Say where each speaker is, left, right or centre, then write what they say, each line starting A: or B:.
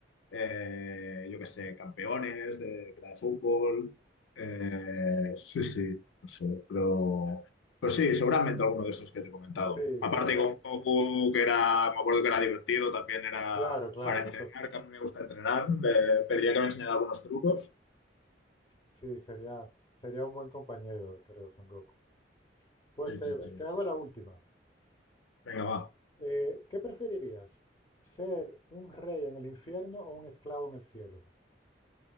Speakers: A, on the left; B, on the left.
A: eh, yo qué sé, campeones de, que era de fútbol, eh, sí, sí, no sé, pero, pero sí, seguramente alguno de esos que te he comentado.
B: Sí,
A: Aparte
B: se- se-
A: con Goku, que era, me acuerdo que era divertido, también era
B: claro, claro,
A: para
B: que
A: entrenar,
B: entonces,
A: que a mí me gusta entrenar, eh, pediría que me enseñara algunos trucos.
B: sí, sería, sería un buen compañero, creo, Son Goku. Pues
A: Sí,
B: te,
A: sí, sí.
B: te hago la última.
A: Venga, va.
B: Eh, ¿qué preferirías? ¿Ser un rey en el infierno o un esclavo en el cielo?